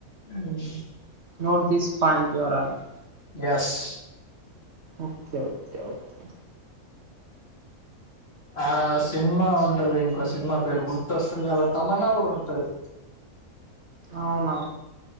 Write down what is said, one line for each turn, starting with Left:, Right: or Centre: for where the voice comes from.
Left: um
Right: note this point your honour
Left: yes
Right: okay okay okay
Left: ఆ సినిమా ఉంటది ఇంకో సినిమా పేరు గుర్తొస్తుంది అలా తమన్నా కూడా ఉంటది
Right: అవున